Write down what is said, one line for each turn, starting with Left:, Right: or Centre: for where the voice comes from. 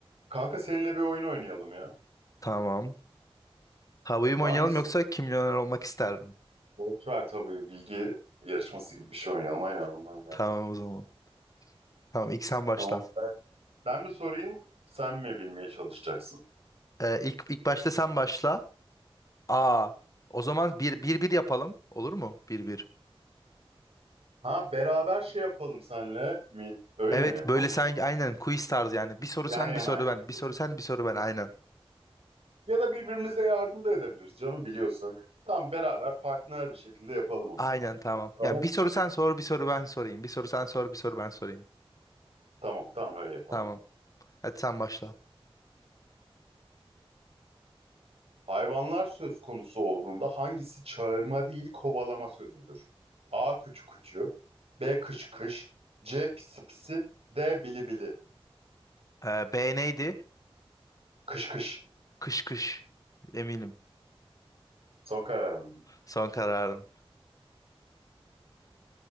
Right: Kanka seninle bir oyun oynayalım ya.
Left: Tamam. Tabuyu
Right: Var
Left: mu oynayalım
Right: mısın?
Left: yoksa kim milyoner olmak ister <laughs>
Right: Boş ver tabii bilgi yarışması gibi bir şey oynayalım. Aynen aynen.
Left: Tamam o zaman. Tamam ilk sen başla.
Right: Tamam. Ben, ben mi sorayım sen mi bilmeye çalışacaksın?
Left: Ee, ilk, ilk başta sen başla. Aa, o zaman bir, bir, bir yapalım. Olur mu? Bir, bir.
Right: Ha beraber şey yapalım senle mi? Öyle
Left: Evet
Right: mi yapalım?
Left: böyle sanki aynen quiz tarzı yani. Bir soru
Right: Yan
Left: sen
Right: yanayım.
Left: bir soru ben. Bir soru sen bir soru ben aynen.
Right: Ya da birbirimize yardım da edebiliriz canım biliyorsak. Tam beraber partner bir şekilde yapalım o
Left: Aynen
Right: zaman.
Left: tamam.
Right: Tamam.
Left: Yani bir soru sen sor bir soru ben sorayım. Bir soru sen sor bir soru ben sorayım.
Right: Tamam tamam öyle yapalım.
Left: Tamam. Hadi sen başla.
Right: Hayvanlar söz konusu olduğunda hangisi çağırma değil kovalama sözüdür? A. Kuçu kuçu B. Kış kış C. Pisi pisi D. Bili bili
Left: Ee, B neydi?
Right: Kış kış
Left: Kış kış. Eminim.
Right: Son kararın mı?
Left: Son kararım.